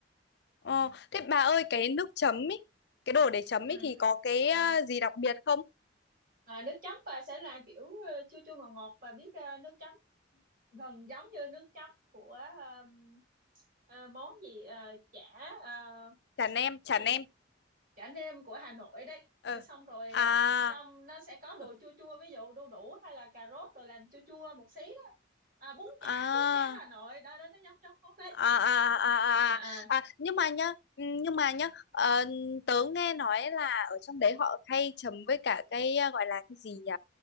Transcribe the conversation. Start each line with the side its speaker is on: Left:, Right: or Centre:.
Left: ờ. Thế bà ơi cái nước chấm ấy, cái đồ để chấm
Right: ừ.
Left: ấy thì có cái ờ,
Right: à,
Left: gì đặc biệt không?
Right: à, nước chấm bà sẽ là kiểu ờ, chua chua ngọt ngọt bà biết ờ, nước chấm gần giống như nước chấm của ờm, ờ, món gì ờ, chả ờ,
Left: Chả nem, chả
Right: cái gì
Left: nem.
Right: chả nêm của Hà Nội đấy
Left: Ờ.
Right: rồi xong rồi
Left: À
Right: ờ, trong nó sẽ có đồ
Left: ờ,
Right: chua chua ví dụ đu đủ hay là cà rốt rồi làm chua chua một xí đó à, bún chả
Left: à
Right: bún chả Hà Nội đó đó nó giống giống món đó
Left: à, à, à,
Right: à
Left: à. à nhưng mà nhá ừ, nhưng mà nhá ờ, tớ nghe nói là ở trong đấy họ hay chấm với cả cái à, gọi là cái gì nhỉ